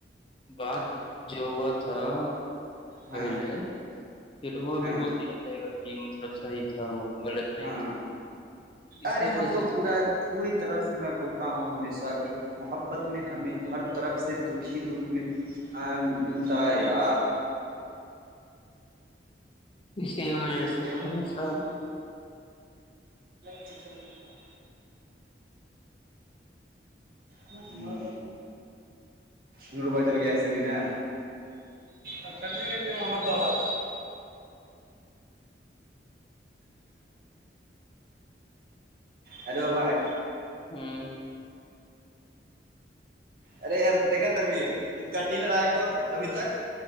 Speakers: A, on the left; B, on the right.
A: بات جو ہوا تھا نا
B: ہاں
A: پہلے پھر وہ بھی
B: ہاں
A: بول دیا جائے گا کہ مطلب صحیح تھا وہ غلط
B: ہاں
A: نہیں تھا اس
B: ارے
A: وجہ
B: ہم تو
A: سے
B: پورا پوری طرح سے میں بولتا ہوں ہمیشہ کہ محبت میں ہمیں ہر طرف سے دکھی دکھ میں ملتا ہے یار
A: اسی وجہ سے
B: کیوں
A: تھوڑا
B: <unintelligible>
A: سا
B: ت <unintelligible> ہ نڈو پ چل گیس لی نا <unintelligible> چلیے گیے وہاں تو ہ ہیلو بھائی
A: ہاں
B: ارے یار دیک ترویر یہ کٹین رہا ہے کون ابھی تک